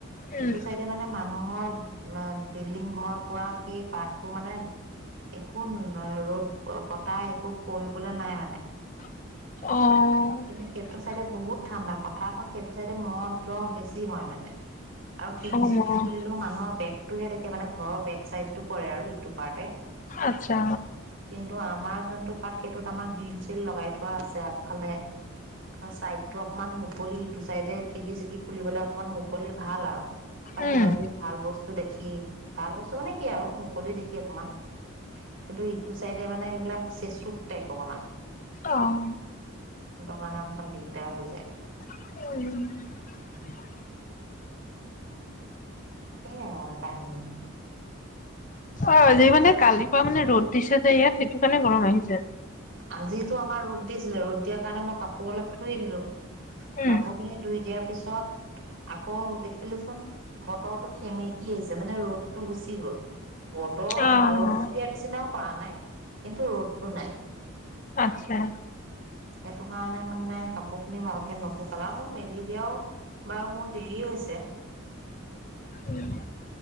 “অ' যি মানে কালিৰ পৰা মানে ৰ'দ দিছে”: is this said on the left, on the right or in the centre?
Left